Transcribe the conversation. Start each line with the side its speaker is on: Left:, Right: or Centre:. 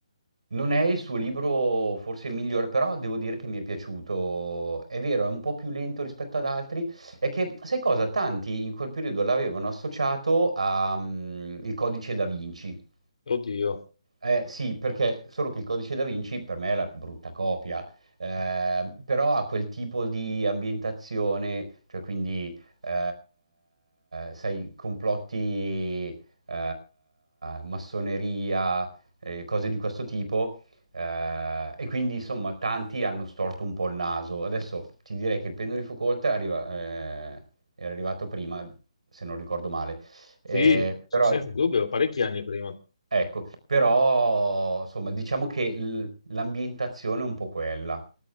Right: non è il suo libro forse il migliore, però devo dire che mi è piaciuto. È vero, è un po' più lento rispetto ad altri. È che, sai cosa? Tanti in quel periodo l'avevano associato al Codice da Vinci.
Left: Oddio,
Right: Eh, sì, perché solo che il codice da Vinci per me è la brutta copia, eh, però ha quel tipo di ambientazione, cioè quindi, eh, sai, complotti, eh, massoneria, eh, cose di questo tipo, eh, e quindi insomma tanti hanno storto un po' il naso. Adesso ti direi che il pendolo di Foucault arriva- eh, era arrivato prima, se non ricordo male,
Left: sì,
Right: Eh,
Left: se-
Right: però
Left: senza dubbio, parecchi anni prima.
Right: Ecco, però insomma, diciamo che l- l'ambientazione è un po' quella,